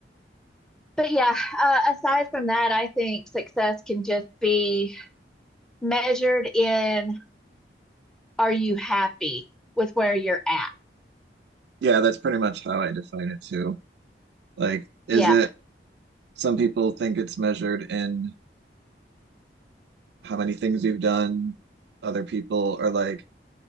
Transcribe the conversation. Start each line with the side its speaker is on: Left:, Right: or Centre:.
Centre: but yeah, uh, aside from that, I think success can just be measured in are you happy with where you're at?
Right: Yeah, that's pretty much how I define it too. Like, is
Centre: Yeah,
Right: it some people think it's measured in how many things you've done? Other people are like,